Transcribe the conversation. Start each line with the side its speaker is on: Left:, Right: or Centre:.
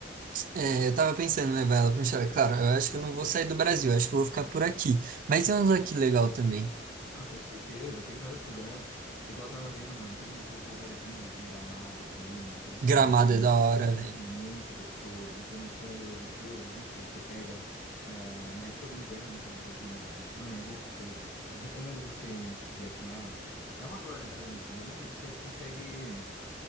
Right: É, eu tava pensando em levar ela para um chalé. Claro, eu acho que eu não vou sair do Brasil, eu acho que eu vou ficar por aqui. Mas
Left: Hum.
Right: tem uns aqui legal também.
Left: Ah, com certeza, tem vários lugares. Igual eu tava vendo, mano, tem, um- tem uns lugares lindos em Gramado pra ir, mano, tem uns
Right: Gramado
Left: chalezinhos
Right: é da hora, velho.
Left: muito gostosos e tem um tom europeu ali, se você pega eh, na época do inverno aqui no Brasil mesmo. Mano, é gostoso, mano. Eu recomendo você ir um dia com ela, dá uma guardada no dinheirinho que vocês conseguem